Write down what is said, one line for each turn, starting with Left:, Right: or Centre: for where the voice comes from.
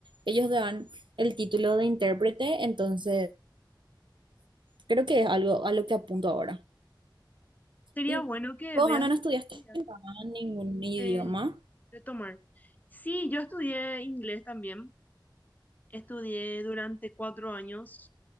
Right: ellos dan el título de intérprete, entonces creo que es algo a lo que apunto ahora.
Left: Sería
Right: ¿Y
Left: bueno que
Right: vos,
Left: veas
Right: Ana,
Left: la
Right: no estudiaste
Left: posibilidad
Right: ningún idioma?
Left: de, de tomar. Sí, yo estudié inglés también. Estudié durante cuatro años